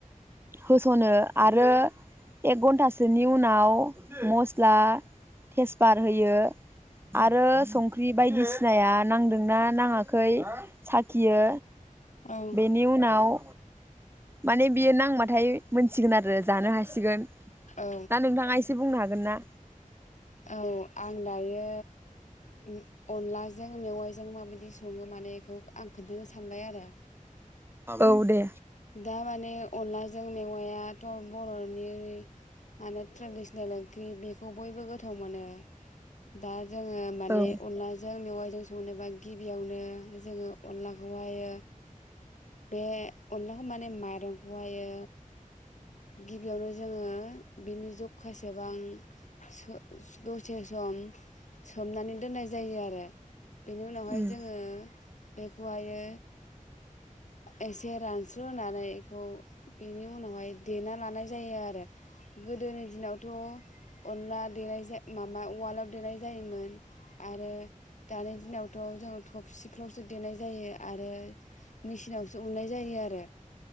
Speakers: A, on the right; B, on the left.
A: होस'नो आरो एक घन्टासोनि उनाव नाव मस्ला तेजपात होयो आरो संख्रि बायदिसिना बायदिसिनाया नांदोंना नाङाखै साखियो
B: औ
A: बेनि उनाव माने बियो नांबाथाय मोनसिगोन आरो जानो हासिगोन
B: औ
A: दा नोंथाङा एसे बुंनो हागोन हागोनना?
B: औ आं दायो उ अनलाजों मेवाइजों माबायदि सङो माने बेखौ आं खोन्थानो सानबाय आरो
A: औ दे
B: दा माने अनलाजों मेवायाथ' बर'नि माने ट्रेडिसनेल ओंख्रि बेखौ बयबो गोथाव मोनो दा जोङो माने
A: औ
B: अनला जों मेवाइजों संनोबा गिबियावनो जोङो अनलाखौहायो बे अनलाखौ माने माइरंखौहायो गिबियावनो जोङो बिनि जखासेबां सो दसे सम <unintelligible> सोमनानै दोननाय जायो आरो बेनि उनावहाय
A: उम
B: जोङो बेखौ हायो एसे रानस्रो होनानै बेखौ बेनि उनावहाय देना लानाय जायो आरो गोदोनि दिनावथ' अनला देनाय माबा उवालाव देरनाय जायोमोन आरो दानि दिनावथ' जोंङो थफसिफ्रावसो देनाय जायो आरो मेचिनाव सौवनाय जायो आरो